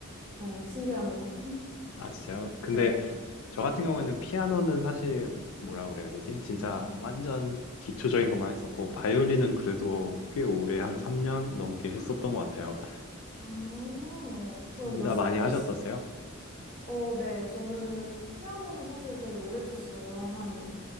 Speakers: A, on the right (about 45°); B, on the left (about 70°).
A: 어, 신기하네요.
B: 아, 진짜요? 근데
A: 네.
B: 저 같은 경우에는 피아노는 사실 뭐라 그래야 되지? 진짜
A: 음.
B: 완전 기초적인 것만 했었고 바이올린은 그래도 꽤 오래 한 3년 넘게
A: 헉!
B: 했었던 것 같아요.
A: 아, 그럼
B: 둘
A: 몇
B: 다
A: 살
B: 많이
A: 때,
B: 하셨었어요?
A: 시- 어, 네, 저는 피아노는 사실 되게 오래 쳤어요. 한